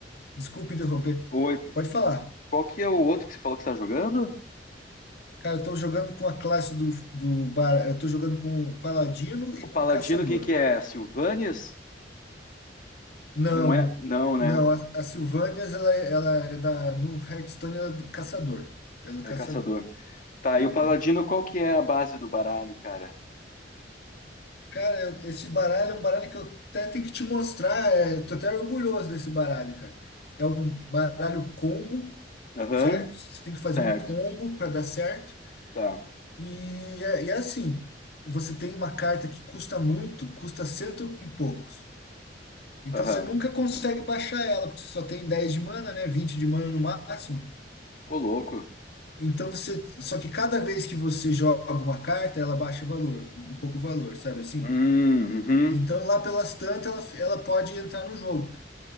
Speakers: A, on the left; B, on the left.
A: desculpa interromper,
B: o-
A: pode falar.
B: Qual que é o outro que você falou que você tá jogando?
A: Cara, eu tô jogando com a classe do, do bar, eu tô jogando com o paladino e
B: O Paladino,
A: com o caçador.
B: quem que é? Silvanias?
A: Não,
B: Não é? Não, né?
A: não, a, a Sylvanias, ela, é- ela é da. No Hearthstone, ela é do caçador. Ela é do
B: É
A: caçador.
B: caçador. Tá,
A: Aham.
B: e o paladino, qual que é a base do baralho, cara?
A: Cara, eu- esse baralho é um baralho que eu até tenho que te mostrar. É, tô até orgulhoso desse baralho, cara. É um baralho combo,
B: Aham,
A: certo? Você tem que fazer
B: certo.
A: um combo para dar certo.
B: Tá.
A: E é, e é assim: você tem uma carta que custa muito, custa cento e poucos. Então
B: Aham.
A: você nunca consegue baixar ela, porque você só tem 10 de mana, né? 20 de mana no máximo.
B: Ô, louco.
A: Então você. Só que cada vez que você joga uma carta, ela baixa o valor, um pouco o valor, sabe assim?
B: Hum, uhum.
A: Então lá pelas tantas, ela, ela pode entrar no jogo,